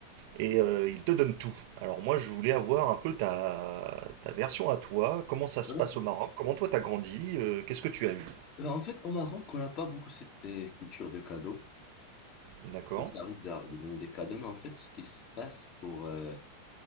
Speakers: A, on the right; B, on the left.
A: et euh, ils te donnent tout. Alors moi, je voulais avoir un peu ta, ta version à toi, comment ça se
B: Non,
A: passe
B: non, c'est-
A: au Maroc, comment toi t'as grandi, euh, qu'est-ce que tu as vu,
B: Ben, en fait, au Maroc, on n'a pas beaucoup cette euh, culture de cadeaux.
A: d'accord?
B: Nous, Ça arrive de, de donner des cadeaux, mais en fait, ce qui se passe pour... euh,